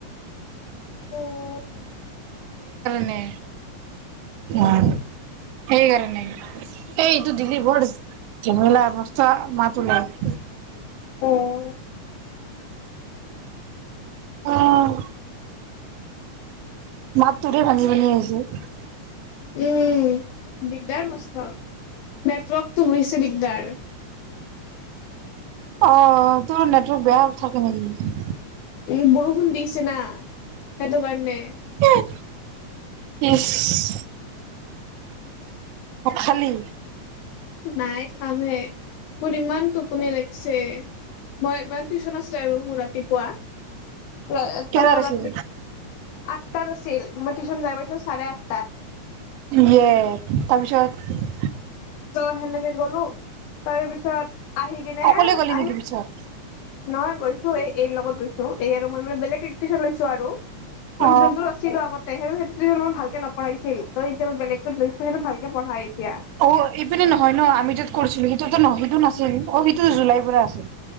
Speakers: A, on the left; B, on the right.
A: উম
B: মে <unintelligible> এইটো দিলি বৰ জেমেলা অৱস্থা মাত ওলাই।
A: <unintelligible>
B: অ' মাতটোৰে ভাঙি, ভাঙি আহিছে।
A: উম, দিগদাৰ মস্ত, নেটৱৰ্কটো হৈছে দিগদাৰ।
B: অ', তোৰ নেটৱৰ্ক বেয়া থাকে নেকি?
A: উম, বৰষুণ দিছে না, সেইহটোৰ কাৰণে।
B: <unintelligible> <unintelligible> খালি
A: নাই খামহে, মোৰ ইমান টোপনি লাগিছে, মই ইমান টিউচন আছিলে আৰু মোৰ ৰাতিপুৱা। <unintelligible>
B: কেইটাত
A: ৰাতি
B: আছিল?
A: আঠ তাত আছিল, মই টিউচন যায় পাইছোঁ চাৰে আঠ
B: ইয়ে, তাৰপিছত?
A: ত' সেনেকে গ'লো, তাৰপিছত আহি কিনে,
B: অকলে গ'লি
A: আহি
B: নেকি পিছত?
A: নহয় গৈছোঁ, এই-এইৰ লগত ত' এই আৰু মই মানে বেলেগ এক‌ টিউচন লৈছোঁ আৰু। মানে
B: অ
A: যোনটো আছিলো আগতে সেই সেই ভালকে নপঢ়াইছিল ত এতিয়া বেলেগতৰ দশ্য সটো ভকে পঢ়াই এতিয়া।
B: অ ইপিনে নহয় ন আমি যত কৰিছিলো সেইটোতো ন সেইটো নাছিল অ সিটোতো জুলাই পৰা আছে।